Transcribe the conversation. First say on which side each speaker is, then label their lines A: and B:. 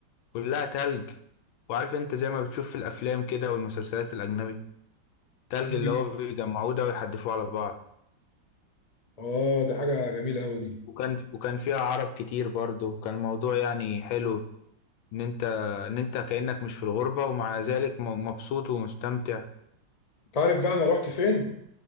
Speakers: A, on the left; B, on the left.
A: كلها تلج وعارف انت زي ما بتشوف في الافلام كده والمسلسلات الاجنبي التلج
B: أيوة.
A: اللي هو بيجمعوه ده ويحدفوه على بعض
B: اه دي حاجه جميله قوي دي
A: وكان وكان فيها عرب كتير برضو كان الموضوع يعني حلو ان انت ان انت كانك مش في الغربه ومع ذلك م- مبسوط ومستمتع
B: انت عارف بقى انا رحت فين